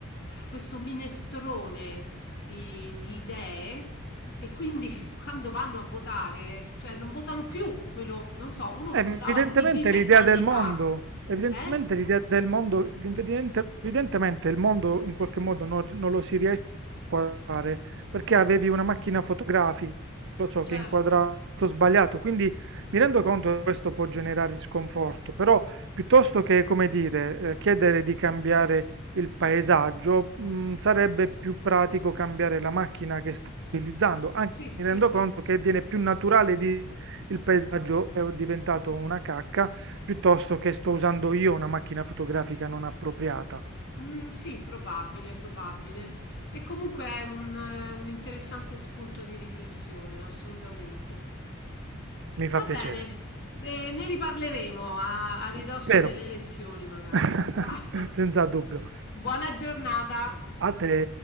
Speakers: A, on the left; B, on the right.
A: questo minestrone di, di idee e quindi <laughs> quando vanno a votare, cioè non votano più quello, non so, uno
B: Evidentemente
A: che votava il PD vent'anni
B: l'idea del mondo,
A: fa,
B: evidentemente
A: eh?
B: l'idea del mondo, evidente- evidentemente il mondo in qualche modo non, non lo si riesce a fare perché avevi una macchina fotografica, lo so, che
A: Certo,
B: inquadrava tutto sbagliato, quindi mi rendo conto che questo può generare sconforto, però piuttosto che, come dire, eh, chiedere di cambiare il paesaggio, mh, sarebbe più pratico cambiare la macchina che stai utilizzando, anche
A: sì,
B: mi
A: sì,
B: rendo
A: sì.
B: conto che viene più naturale di il paesaggio è diventato una cacca, piuttosto che sto usando io una macchina fotografica non appropriata.
A: Mm, sì, probabile, probabile. E comunque è un, eh, un interessante spunto di riflessione, assolutamente.
B: Mi
A: Va
B: fa
A: bene,
B: piacere.
A: beh, ne riparleremo a, a ridosso
B: Spero.
A: delle elezioni, magari.
B: <laughs>
A: <laughs> Va.
B: Senza dubbio.
A: Buona giornata.
B: A te.